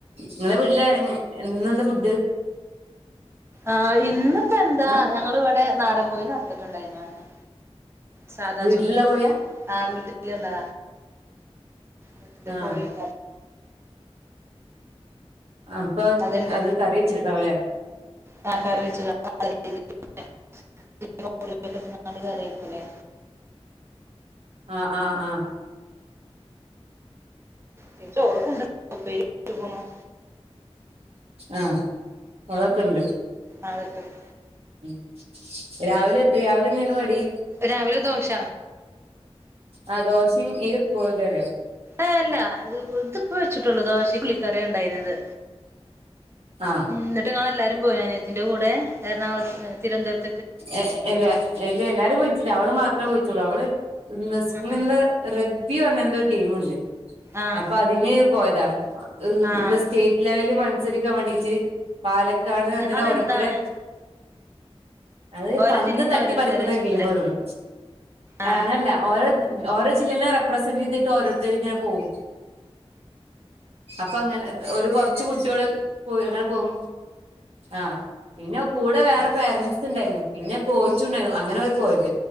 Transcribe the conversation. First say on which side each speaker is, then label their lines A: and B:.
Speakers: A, on the right (about 65°); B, on the right (about 25°).
A: നിങ്ങളെ വീട്ടില് എൻ ഏഹ് ഇന്നെന്താ ഫുഡ്
B: ആഹ് ഇന്നിപ്പോ എന്താ
A: ആഹ്
B: ഞങ്ങൾ ഇവിടെ നാടൻ കോയിനെ ഫുടൊക്കൊയിമാന് സാധാ
A: വീട്ടിലുള്ള
B: ചോ
A: കോഴിയാ
B: ആഹ് വി ട്ടിലെന്താ വീട്ടിൽ
A: ആഹ്
B: കോഴി ഇട
A: അപ്പൊ
B: അത്ണ്ട്
A: അത് കറി വെച്ചിട്ടുണ്ടാവുംല്ലേ
B: കാക്കാർ വെചുള്ളാ <unintelligible> <unintelligible> കറിയാകുലെ
A: ആഹ് ആഹ് ആഹ്
B: പിന്നെ ചോറുണ്ട് ഉപ്പേരി <unintelligible>
A: ആഹ് അതൊക്കെണ്ട്
B: അതൊക്കെണ്ട്
A: ഉം രാവിലെ രാവിലെന്നേയ്ന്നു കടി
B: രാവിലെ ദോശ
A: ആഹ് ദോഷിം ഈ കോഴികറിം
B: ഏ അല്ല ഇത് ഇതിപ്പ വെച്ചിട്ടുള്ളൂ ദോശി ഉള്ളിക്കറിയാണ്ടായിന്നത്
A: ആഹ്
B: ഉം ന്നിട്ട് ങ്ങള് എല്ലാരും പോയാ അനിയത്തിന്റെ കൂടെ എറണാകുളം തിരുവനന്തപുരം
A: എ ഇല്ല ഇല്ല്യ എല്ലാരും പോയിറ്റില്ല അവള് മാത്രം പോയിറ്റൊച്ചുള്ളൂ അവള് ഇന്ന് സ്കൂളിൽന്ന്
B: ആഹ്
A: റെഗ്ബി പറഞ്ഞ എന്തോ ഒരു ഗെയിമുണ്ട്
B: ആഹ്
A: അപ്പൊ അതിന് പോയതാ ഈ ഉം
B: ആഹ്
A: എന്താ സ്റ്റേറ്റ് ലെവല് മൽ സരിക്കാൻ വേണ്ടീട്ട് പാലക്കാട് അങ്ങനെ
B: അതെന്താണ്
A: ഓരോരുത്തരെ അത്
B: ഓരോ
A: പന്ത്
B: ജില്ലീന്ന്
A: തട്ടി
B: ഓരോരുത്തരെ
A: പറിക്ക്ണ
B: വെച്ചിട്ടില്ലേ
A: ഗെയിമാതോന്നുണു
B: ആഹ്
A: അങ്ങനല്ല ഓരോ ഓരോ ജില്ലെനേം റെപ്രസെന്റ് ചെയ്തിട്ട് ഓരോരുത്തരിങ്ങനെ പോവും അപ്പ അങ്ങനത്തെ ഒരു കൊർച്ച് കുട്ട്യോള് പോ അങ്ങനെ പോവും ആഹ് പിന്നെ കൂടെ വേറെ
B: ആഹ്
A: പേരന്റ്സ്ണ്ടായിരുന്നു പിന്നെ കോച്ചുണ്ടായിരുന്നു അങ്ങനവര് പോയത്